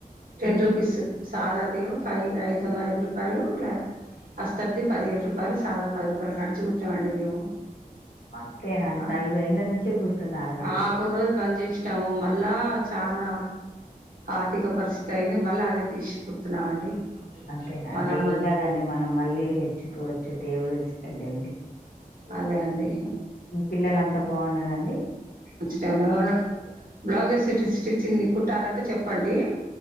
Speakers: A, on the right; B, on the left.
A: టెన్
B: హ్మ్.
A: రూపీస్ సాదాదేమొ ఫైవ్ ఐదు ఐదు రూపాయలు లే అస్తర్ది పదిహేడు రూపాయలు సాదా పది రూపాయలు కానించి పుట్నాంమండి మేము
B: అంతేనా అండి
A: ఆ,
B: నలభై ఏండ్ల నుంచే గుర్తున్నార
A: ఆ
B: మీరు
A: <unintelligible> బంద్ జేసినాము మళ్ళా చానా ఆర్థిక పరిస్థితి అయింది మళ్ళీ అదే దీసీ కుడుతున్నామండి
B: అంతేనా అండి
A: మళ్ళా మ
B: ఏం కాదండి మనం మళ్ళీ హెచ్చుకో చ్చు దేవుడు ఇస్తర్ లేండి
A: అదే అండి
B: పిల్లలు అంతా బాన్నర అం
A: వచ్చినబుడు బ్లౌజెస్ స్టిచ్చింగ్ కుట్టాలంటే చెప్పండి